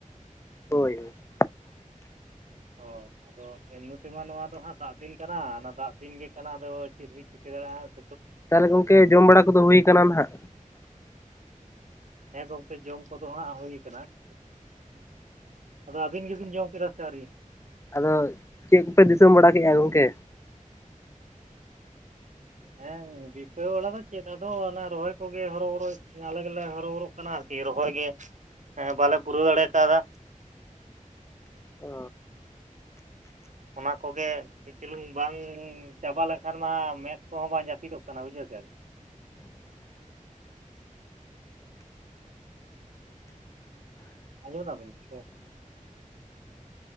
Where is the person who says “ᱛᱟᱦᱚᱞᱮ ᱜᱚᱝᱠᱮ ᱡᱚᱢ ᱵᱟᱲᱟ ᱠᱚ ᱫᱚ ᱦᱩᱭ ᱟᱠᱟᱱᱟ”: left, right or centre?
Left